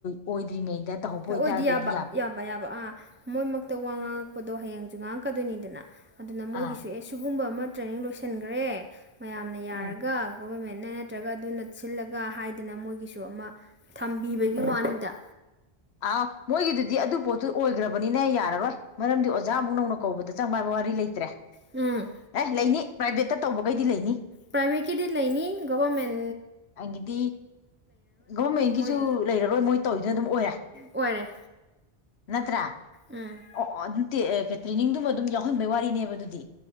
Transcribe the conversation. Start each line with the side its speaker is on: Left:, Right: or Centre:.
Left: ꯑꯣꯏꯗ꯭ꯔꯤꯉꯩꯗ ꯇꯧꯍꯧꯕ
Right: ꯑꯣꯏꯗꯤ
Left: ꯑꯣꯏꯇꯥꯔꯒꯗꯤ
Right: ꯌꯥꯕ ꯌꯥꯕ ꯌꯥꯕ ꯑꯥ ꯃꯣꯏꯃꯛ ꯋꯥ ꯉꯥꯡꯉꯛꯄꯗꯣ ꯍꯌꯦꯡꯁꯨ ꯉꯥꯡꯉꯛꯀꯗꯣꯏꯅꯤꯗꯅ ꯑꯗꯨꯅ ꯃꯣꯏꯒꯤꯁꯨ
Left: ꯑꯥ
Right: ꯑꯦ ꯁꯤꯒꯨꯝꯕ ꯑꯃ ꯇ꯭ꯔꯦꯅꯤꯡ ꯂꯣꯏꯁꯤꯟꯈ꯭ꯔꯦ ꯃꯌꯥꯝꯅ ꯌꯥꯔꯒ
Left: ꯎꯝ
Right: ꯒꯣꯕꯔꯃꯦꯟꯅ ꯅꯠꯇ꯭ꯔꯒ ꯑꯗꯨ ꯅ ꯁꯤꯜꯂꯒ ꯍꯥꯏꯗꯅ ꯃꯣꯏꯒꯤꯁꯨ ꯑꯃ ꯊꯝꯕꯤꯕꯒꯤ
Left: ꯎꯝ
Right: ꯋꯥꯅꯤꯗ
Left: ꯑ ꯃꯣꯏꯒꯤꯗꯨꯗꯤ ꯑꯗꯨ ꯄꯣꯠꯇꯨ ꯑꯣꯏꯈ꯭ꯔꯕ ꯅꯤꯅꯦ ꯌꯥꯔꯔꯣꯏ ꯃꯔꯝꯗꯤ ꯑꯣꯖꯥ ꯑꯃꯨꯛ ꯅꯧꯅ ꯀꯧꯕꯗ ꯆꯪꯕꯕ ꯋꯥꯔꯤ ꯂꯩꯇ꯭ꯔꯦ
Right: ꯎꯝ
Left: ꯑꯦ ꯂꯩꯅꯤ ꯄ꯭ꯔꯥꯏꯕꯦꯠꯇ ꯇꯧꯕꯈꯩꯗꯤ ꯂꯩꯅꯤ
Right: ꯄ꯭ꯔꯥꯏꯚꯦꯠꯀꯤꯗꯤ ꯂꯩꯅꯤ ꯒꯚꯔꯃꯦꯟ
Left: ꯑꯒꯤꯗꯤ ꯒꯣꯔꯔꯃꯦꯟꯒꯤꯁꯨ
Right: ꯃꯣꯏ
Left: ꯂꯩꯔꯔꯣꯏ ꯃꯣꯏ ꯇꯧꯤꯗꯅ ꯑꯗꯨꯝ ꯑꯣꯏꯔꯦ
Right: ꯑꯣꯏꯔꯦ
Left: ꯅꯠꯇ꯭ꯔ
Right: ꯎꯝ
Left: ꯑꯣ ꯑꯖꯤ ꯇ꯭ꯔꯦꯅꯤꯡꯗꯨꯃ ꯑꯗꯨꯝ ꯌꯥꯎꯍꯟꯕꯩ ꯋꯥꯔꯤꯅꯦꯕ ꯑꯗꯨꯗꯤ